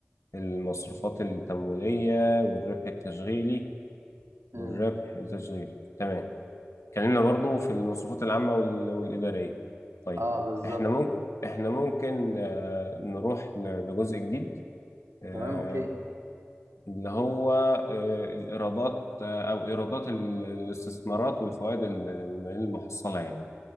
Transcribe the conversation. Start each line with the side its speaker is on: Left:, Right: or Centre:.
Left: المصروفات التمويلية والربح التشغيلي
Right: امم
Left: والربح التشغيلي تمام اتكلمنا برضه
Right: مم.
Left: في المصروفات العامة وال- والإدارية طيب
Right: اه بالظبط
Left: احنا ممكن
Right: كده
Left: احنا ممكن آه، نروح ل- لجزء جديد آه،
Right: تمام اوكي
Left: اللي هو آه، الإيرادات آه، أو إيرادات ال- الاستثمارات والفوائد ال- ال- المحصلة يعني